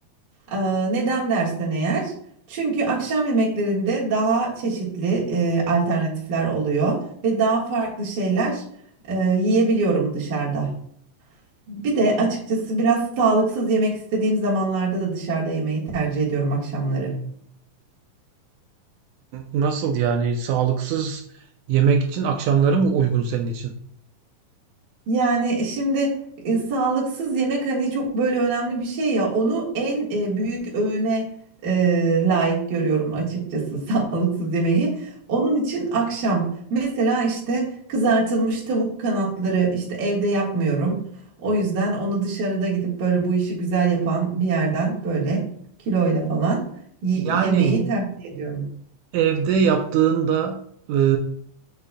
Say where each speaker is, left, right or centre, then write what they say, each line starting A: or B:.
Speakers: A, on the right (about 45°); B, on the right (about 80°).
A: Ee, neden dersen eğer? Çünkü akşam yemeklerinde daha çeşitli e, alternatifler oluyor ve daha farklı şeyler e, yiyebiliyorum dışarıda. Bir de açıkçası biraz sağlıksız yemek istediğim zamanlarda da dışarıda yemeği tercih ediyorum akşamları.
B: Nasıl yani sağlıksız yemek için akşamları mı uygun senin için?
A: Yani e, şimdi e, sağlıksız yemek hani çok böyle önemli bir şey ya onu en e, büyük öğüne e, layık görüyorum açıkçası <laughs> sağlıksız yemeği. Onun için akşam mesela işte kızartılmış tavuk kanatları işte evde yapmıyorum. O yüzden onu dışarıda gidip böyle bu işi güzel yapan bir yerden böyle kiloyla falan y-
B: Yani
A: yemeği tercih ediyorum.
B: evde yaptığında eee,